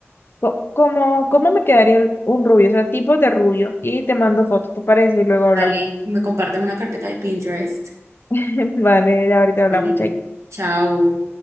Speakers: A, on the left; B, on the right.
A: co- cómo, cómo me quedaría el- un rubio, o sea, tipos de rubio. Y te mando fotos, ¿te parece? Y luego hablamos.
B: dale, me compartes una carpeta de Pinterest.
A: <laughs> Vale, ahorita hablamos,
B: Dale,
A: chay.
B: chao.